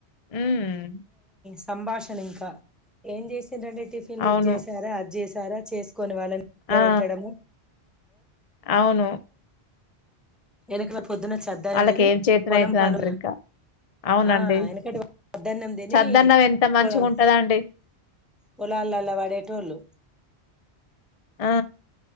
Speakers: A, on the left; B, in the centre.
A: హ్మ్.
B: సంభాషలింక ఏం చేసిందండి టిఫిన్లు
A: అవును.
B: ఇది చేసారా అది చేసారా చేసుకొని వాళ్ళని <unintelligible>
A: ఆ!
B: పెట్టడము
A: అవును
B: <unintelligible> పొద్దున్న చేద్దా
A: ఆళ్ళకేం
B: నేని
A: చేతనైతదంటరింకా.
B: పొలం పనుల
A: అవునండి.
B: ఆ వెనకటి సద్దనం తిని
A: చద్దన్నం ఎంత మంచిగుంటదండి.
B: పోదం పాలలో వడేటోలు
A: ఆ